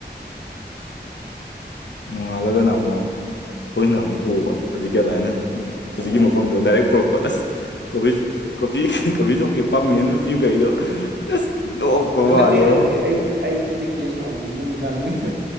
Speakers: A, on the left; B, on the right.
A: ꯅꯣꯡꯉꯥꯜꯂꯒꯅ ꯑꯃꯨꯛ ꯑꯩꯈꯣꯏꯅ ꯑꯃꯨꯛ ꯄꯨꯕ ꯍꯧꯖꯤꯛꯀꯤꯗꯥꯏꯅ
B: ꯎꯝ
A: ꯍꯧꯖꯤꯛꯀꯤ ꯃꯐꯝꯗꯣ ꯗꯥꯏꯔꯦꯛ ꯄꯨꯔꯛꯄ ꯑꯁ ꯀꯣꯕꯤ- ꯀꯣꯕꯤ-ꯀꯣꯕꯤ ꯆꯧꯀꯤ ꯄꯥꯝꯃꯦꯅ ꯅꯨꯄꯤ ꯃꯈꯩꯗꯣ ꯑꯁ ꯅꯣꯛꯇꯧ ꯃꯥꯜꯂꯦꯉꯣ
B: ꯅꯠꯇꯦ ꯅꯠꯇꯦ ꯑꯌꯨꯛꯇ- ꯑꯌꯨꯛꯇꯗꯤ ꯀꯦꯁ ꯆꯥꯎꯕꯅꯤ ꯅ ꯅꯨ ꯃꯃꯤꯗꯥꯡꯗ